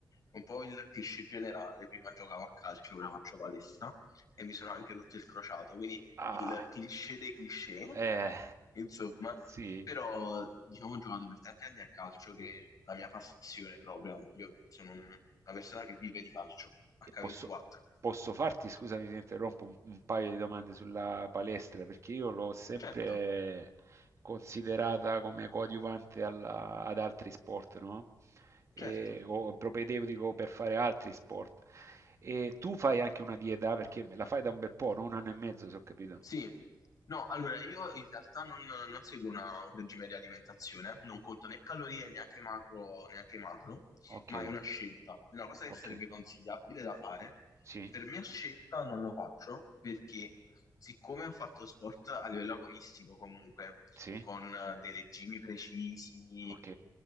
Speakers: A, on the left; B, on the right.
A: un po' il cliché generale, prima giocavo a calcio, ora faccio palestra e mi sono anche rotto il crociato, quindi
B: Ah,
A: il cliché dei cliché,
B: eh,
A: insomma,
B: sì.
A: però diciamo ho giocato per tanti anni a calcio che è la mia passione proprio, io sono un- una persona che vive di calcio, H24.
B: E posso, posso farti, scusami se interrompo, un, un paio di domande sulla palestra, perché io l'ho sempre
A: Certo,
B: considerata come coadiuvante alla- ad altri sport, no? E-
A: certo.
B: o propedeutico per fare altri sport. E tu fai anche una dieta, perché me la fai da un bel po', no? Un anno e mezzo, se ho capito.
A: Sì, no, allora io in realtà non, non seguo una- un regime di alimentazione, non conto né calorie, neanche macro, neanche macro,
B: Ok,
A: ma è una scelta, è una cosa
B: ok,
A: che sarebbe consigliabile da fare.
B: sì,
A: Per mia scelta non lo faccio perché siccome ho fatto sport a livello agonistico comunque,
B: sì,
A: con eh, dei regimi precisi,
B: ok,